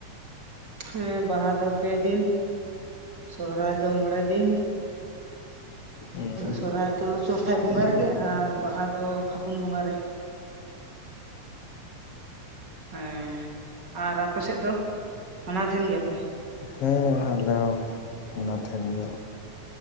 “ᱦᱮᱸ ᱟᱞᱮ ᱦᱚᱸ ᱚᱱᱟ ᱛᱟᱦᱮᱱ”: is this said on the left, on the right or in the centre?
Left